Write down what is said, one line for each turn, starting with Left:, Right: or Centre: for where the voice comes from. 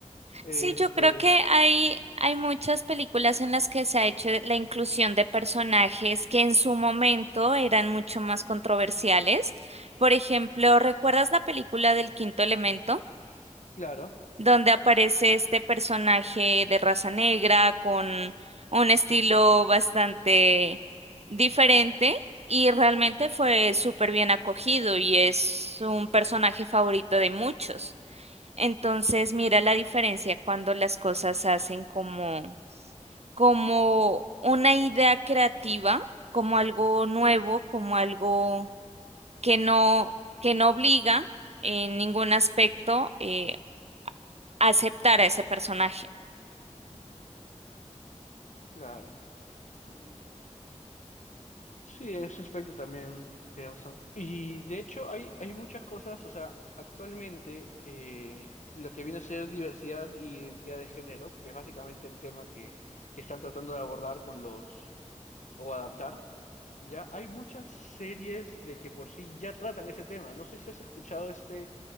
Left: Este,
Right: Sí, yo creo que hay, hay muchas películas en las que se ha hecho la inclusión de personajes que en su momento eran mucho más controversiales. Por ejemplo, ¿recuerdas la película del Quinto Elemento?
Left: claro,
Right: Donde aparece este personaje de raza negra con un estilo
Left: ujú,
Right: bastante diferente y realmente fue súper bien acogido y es un personaje favorito de muchos. Entonces, mira la diferencia cuando las cosas hacen como, como una idea creativa, como algo nuevo, como algo que no, que no obliga en ningún aspecto eh, a aceptar a ese personaje.
Left: claro. Mm, sí, en ese aspecto también tienes razón. Y de hecho hay, hay muchas cosas, o sea, actualmente eh, lo que viene a ser diversidad e identidad de género, que es básicamente el tema que, que están tratando de abordar con los, o adaptar, ya hay muchas series de que por sí ya tratan ese tema. No sé si has escuchado este